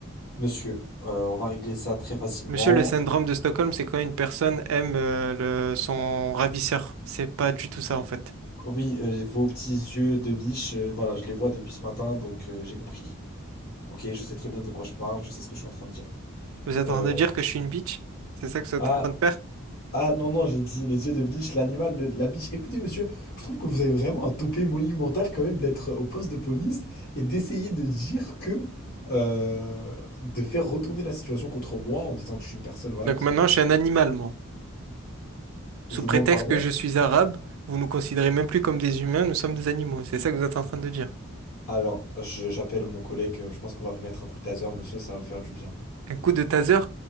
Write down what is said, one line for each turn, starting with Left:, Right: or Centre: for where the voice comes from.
Left: Monsieur, euh, on va régler ça très facilement.
Right: Monsieur, le syndrome de Stockholm, c'est quand une personne aime euh, le- son ravisseur. C'est pas du tout ça, en fait.
Left: Oui, euh, vos petits yeux de biche, euh, voilà, je les vois depuis ce matin, donc euh, j'ai compris. Ok, je sais très bien de quoi je parle, je sais ce que je suis en train de dire.
Right: Vous êtes
Left: Euh,
Right: en train de
Left: on-
Right: dire que je suis une bitch? C'est ça que vous êtes
Left: Ah,
Right: en train de faire?
Left: Ah non, non, j'ai dit les yeux de biche, l'animal de de la biche. Écoutez, monsieur, je trouve que vous avez vraiment un toupet monumental quand même d'être au poste de police et d'essayer de dire que... euh, de faire retourner la situation contre moi en disant que je suis une personne, voilà,
Right: Donc
Left: qui...
Right: maintenant, je
Left: qui-
Right: suis un animal, moi. Sous
Left: Je vous
Right: prétexte
Left: demande pardon.
Right: que je suis arabe, vous nous considérez même plus comme des humains, nous sommes des animaux. C'est ça que vous êtes en train de dire.
Left: Alors, je- j'appelle mon collègue, euh, je pense qu'on va vous mettre un coup de taser, monsieur, ça va vous faire du bien.
Right: Un coup de taser,